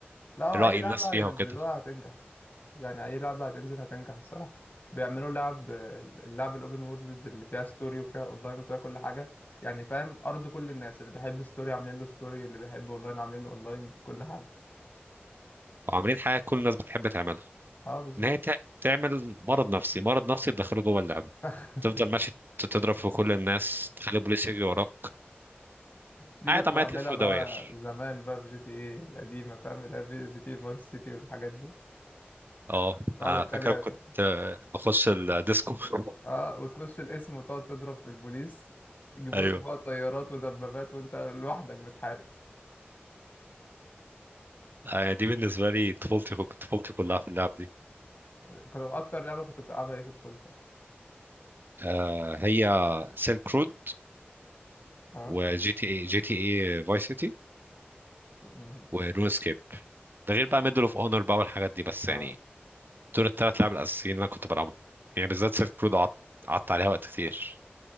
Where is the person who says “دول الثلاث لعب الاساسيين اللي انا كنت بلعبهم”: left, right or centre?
Right